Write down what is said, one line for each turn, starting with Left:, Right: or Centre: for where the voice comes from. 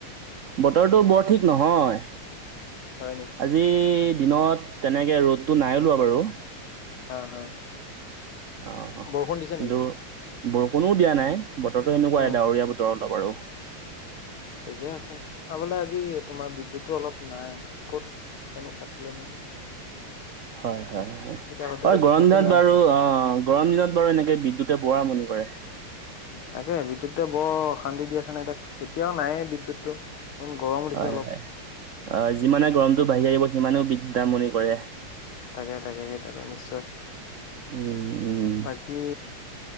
Right: বতৰতো বৰ ঠিক নহয়
Left: হয় নি
Right: আজি দিনত তেনেকে ৰ'দটো নাই ওলোৱা বাৰু
Left: হা হা
Right: অ
Left: বৰষুণ দিছে
Right: কিন্তু
Left: নেকি
Right: বৰষুণো দিয়া নাই বতৰতো এনেকোৱাই
Left: উম
Right: ডাৱৰীয়া বতৰ অলপ আৰু
Left: ঠিকে আছে আ বোলে আজি তোমাৰ বিদ্যুতো অলপ নাই ক'ত জানো কাটিলে নেকি
Right: হয় হয় হয়
Left: এতিয়া সদ্যহতে
Right: হয় গৰম
Left: বিদ্যুতটো
Right: বন্ধত
Left: নাই
Right: বাৰু অ গৰম দিনত বাৰু এনেকে বিদ্যুতে পুৰা আমনি কৰে
Left: তাকে বিদ্যুতে বৰ অশান্তি দি আছে নাই তাক এতিয়াও নাই বিদ্যুতটো ইমান গৰম উঠিছে
Right: হয়
Left: অলপ
Right: হয় অ যিমানে গৰমতো বাঢ়ি আহিব সিমানেও বিদ্যুতে আমনি কৰে
Left: তাকে তাকে সেইটোৱেতো নিশ্চয় হয়
Right: উম উম
Left: বাকী